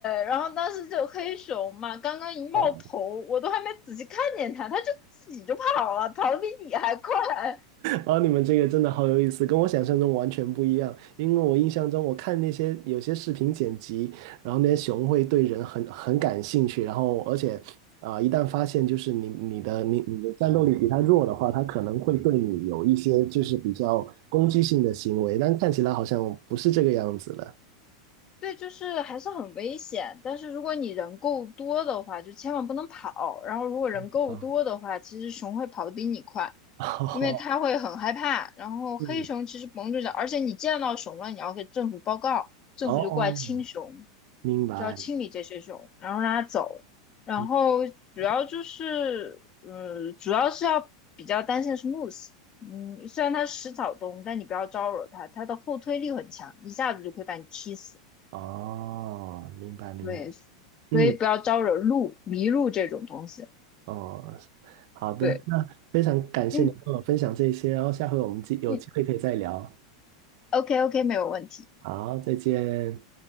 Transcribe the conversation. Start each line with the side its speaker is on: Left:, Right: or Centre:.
Left: 然后当时就黑熊嘛，刚刚一冒头，
Right: 怕！
Left: 我都还没仔细看见它，它就自己就跑了，跑得比你还快。
Right: 啊，你们这个真的好有意思，跟我想象中完全不一样。因为我印象中，我看那些有些视频剪辑，然后那些熊会对人很很感兴趣，然后而且啊、呃一旦发现就是你你的你你的战斗力比它弱的话，它可能会对你有一些就是比较攻击性的行为，但看起来好像不是这个样子的。
Left: 对，就是还是很危险。但是如果你人够多的话，就千万不能跑。然后如果人够多的话，
Right: <laughs> 啊，
Left: 其实熊会跑得比你快，
Right: 哦，
Left: 因为它会很害怕。然后黑熊其实甭住脚，
Right: 嗯，
Left: 而且你见到熊了，你要给政府报告，政府就过来清熊，
Right: 哦哦，明白，
Left: 就要清理这些熊，然后让它走。然后主要就是，
Right: 明白，
Left: 嗯，主要是要比较担心的是 moose。嗯，虽然它食草动物，但你不要招惹它，它的后推力很强，一下子就可以把你踢死。
Right: 哦，明白，明白，
Left: 对，
Right: 嗯，
Left: 所以不要招惹路迷路这种东西。
Right: 哦，好的，
Left: 对，
Right: 那非常感谢你跟我分享这些，
Left: 嗯
Right: 然后下回我们机有机会可以再聊，
Left: 嗯，OK OK，没有问题。
Right: 好，再见。